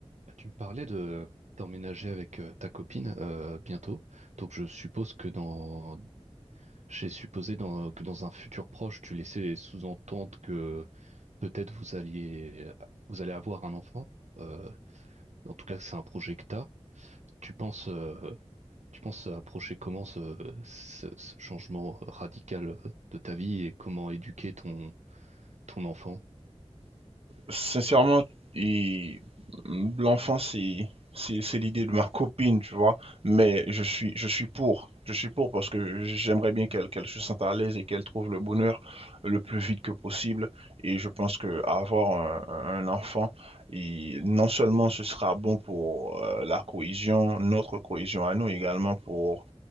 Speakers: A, on the right; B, on the right.
A: Bah, Tu me parlais de t'emménager avec euh, ta copine euh, bientôt. Donc je suppose que dans j'ai supposé dans, que dans un futur proche, tu laissais sous-entendre que peut-être vous alliez vous allez avoir un enfant. Euh, en tout cas, c'est un projet que t'as. Tu penses euh, tu penses approcher comment ce, ce- ce changement radical de ta vie et comment éduquer ton ton enfant?
B: Sincèrement, et l'enfant, c'est c'est c'est l'idée de ma copine, tu vois. Mais je suis je suis pour, je suis pour parce que j'aimerais bien qu'elle qu'elle se sente à l'aise et qu'elle trouve le bonheur le plus vite que possible. Et je pense que avoir un, un enfant, il- non seulement ce sera bon pour euh, la cohésion, notre cohésion à nous également pour